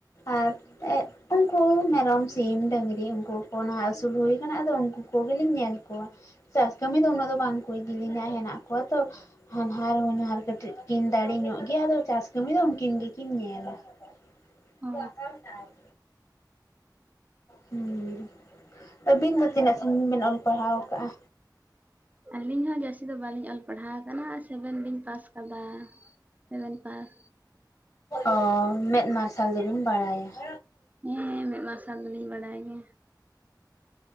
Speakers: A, on the left; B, on the right.
A: ᱟᱨ ᱮᱜ ᱩᱱᱠᱩ ᱢᱮᱨᱚᱢ ᱥᱤᱢ ᱰᱟᱹᱝᱨᱤ ᱩᱱᱠᱩ ᱠᱚ ᱱᱟᱦᱟᱜ ᱟᱹᱥᱩᱞ ᱦᱩᱭ ᱟᱠᱟᱱᱟ ᱟᱫᱚ ᱩᱱᱠᱩ ᱠᱚᱜᱮᱞᱤᱧ ᱧᱮᱞ ᱠᱚᱣᱟ ᱾ ᱪᱟᱥ ᱠᱟᱹᱢᱤ ᱫᱚ ᱩᱱᱟᱹᱜ ᱫᱚ ᱵᱟᱝᱠᱚ ᱤᱫᱤᱞᱤᱧᱟ ᱦᱮᱱᱟᱜ ᱠᱚᱣᱟ ᱛᱚ ᱦᱟᱱᱦᱟᱨ ᱦᱚᱧᱦᱟᱨ, ᱠᱟᱹᱴᱤᱡ ᱠᱤᱱ ᱫᱟᱲᱮ ᱧᱚᱜ ᱜᱮᱭᱟ ᱟᱫᱚ ᱪᱟᱥ ᱠᱟᱹᱢᱤ ᱫᱚ ᱩᱱᱠᱤᱱ ᱜᱮᱠᱤᱱ ᱧᱮᱞᱟ ᱾ <unintelligible>
B: ᱚ
A: ᱦᱮᱸ ᱟᱹᱵᱤᱱ ᱫᱚ ᱛᱤᱱᱟᱹᱜ ᱥᱟᱺᱜᱤᱧ ᱵᱤᱱ ᱚᱞ ᱯᱟᱲᱦᱟᱣ ᱟᱠᱟᱜᱼᱟ?
B: ᱟᱹᱞᱤᱧ ᱦᱚᱸ ᱡᱟᱹᱥᱛᱤ ᱫᱚ ᱵᱟᱞᱤᱧ ᱚᱞ ᱯᱟᱲᱦᱟᱣ ᱟᱠᱟᱱᱟ ᱟᱨ ᱥᱮᱵᱷᱮᱱ ᱞᱧ ᱯᱟᱥ ᱟᱠᱟᱫᱟ ᱥᱮᱵᱷᱮᱱ ᱯᱟᱥ
A: ᱚ ᱢᱮᱫ ᱢᱟᱨᱥᱟᱞ ᱫᱚᱵᱤᱱ ᱵᱟᱲᱟᱭᱟ ᱾
B: ᱦᱮᱸ ᱢᱮᱫ ᱢᱟᱨᱥᱟᱞ ᱫᱚᱞᱤᱧ ᱵᱟᱲᱟᱭ ᱜᱮᱭᱟ ᱾